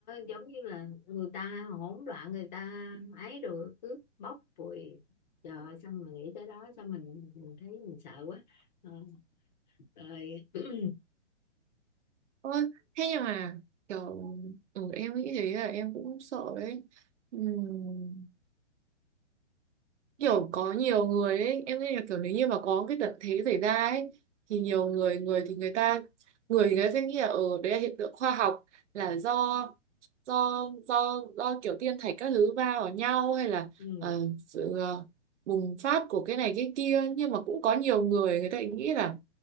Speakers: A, on the left; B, on the right.
A: giống như là người ta hỗn loạn người ta ấy rồi cướp bóc rồi trời ơi, sao mà nghĩ tới đó sao mình mình thấy mình sợ quá Ờ, rồi <clears throat>
B: Ôi, thế nhưng mà kiểu ừ, em nghĩ thế là em cũng sợ đấy Ừm, kiểu có nhiều người ấy em nghĩ là kiểu nếu như mà có cái tận thế xảy ra ấy thì nhiều người người thì người ta người thì người ta sẽ nghĩ là ở đấy là hiện tượng khoa học là do do do do kiểu thiên thạch các thứ va vào nhau hay là
A: ừ.
B: ờ, sự ờ, bùng phát của cái này cái kia nhưng mà cũng có nhiều người người ta lại nghĩ là